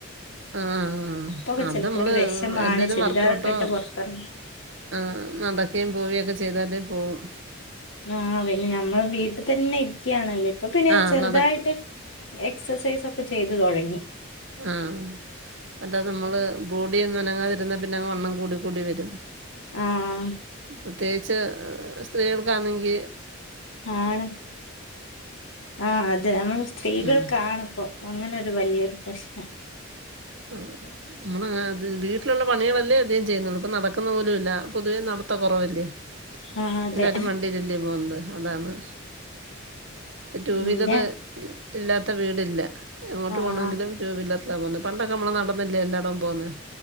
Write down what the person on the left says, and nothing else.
അപ്പൊക്കെ
ചെലപ്പോ
ഒരു വിഷമാണ്
ചുരിദാറൊക്കെ
ഇട്ട് പുറത്തിറങ്ങാൻ
ആഹ് പിന്നെ ഞമ്മൾ വീട്ട് തന്നെ ഇരിക്ക്യാണല്ലെ- ഇപ്പൊ പിന്നെ
ഞാൻ ചെറുതായിട്ട്
എക്സർസൈസ് ഒക്കെ ചെയ്തു തൊടങ്ങി.
ആഹ്
ആണ് ആഹ് അത് നമ്മൾ സ്ത്രീകൾക്കാണ്‌പ്പം.
അങ്ങനൊരു വല്യൊരു പ്രശ്നം.
ആഹ് അതെ
പിന്നെ
ആഹ്